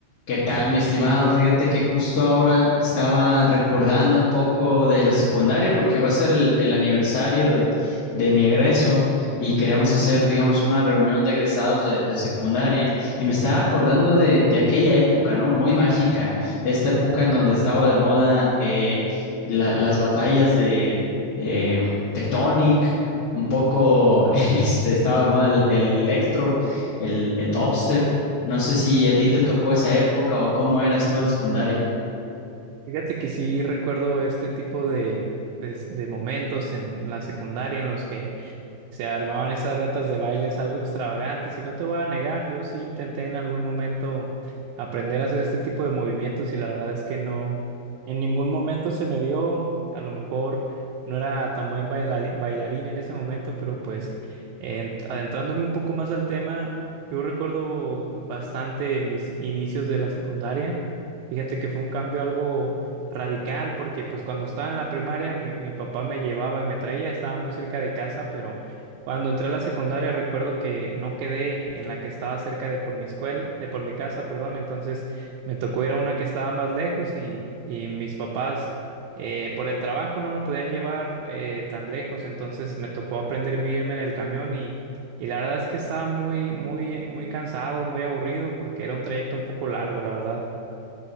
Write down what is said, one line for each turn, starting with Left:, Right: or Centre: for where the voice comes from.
Left: ¿Qué tal, mi estimado? Fíjate que justo ahora estaba recordando un poco de la secundaria porque va a ser el, el aniversario de, de mi egreso y queremos hacer, digamos, una reunión de egresados de, de secundaria y me estaba acordando de, de aquella época, ¿no? Muy mágica, esta época en donde estaba de moda eh, la- las batallas de eh, Tectonic, un poco, <laughs> este, estaba de moda el, el electro, el, el dubstep. No sé si a ti te tocó esa época o cómo eras tú en secundaria.
Right: Fíjate que sí recuerdo este tipo de, de- de momentos en, en la secundaria en los que se armaban esas retas de bailes algo extravagantes y no te voy a negar, yo sí intenté en algún momento aprender a hacer este tipo de movimientos y la verdad es que no, en ningún momento se me dio, a lo mejor no era tan buen bailari- bailarín en ese momento, pero pues en- adentrándome un poco más al tema, yo recuerdo bastante mis inicios de la secundaria. Fíjate que fue un cambio algo radical porque pues cuando estaba en la primaria mi, mi papá me llevaba y me traía, estaba muy cerca de casa, pero... Cuando entré a la secundaria recuerdo que no quedé en la que estaba cerca de por mi escuela, de por mi casa, perdón, entonces me tocó ir a una que estaba más lejos y, y mis papás eh, por el trabajo no me podían llevar eh, tan lejos, entonces me tocó aprenderme a irme en el camión y, y la verdad es que estaba muy, muy, muy cansado, muy aburrido porque era un trayecto un poco largo, la verdad.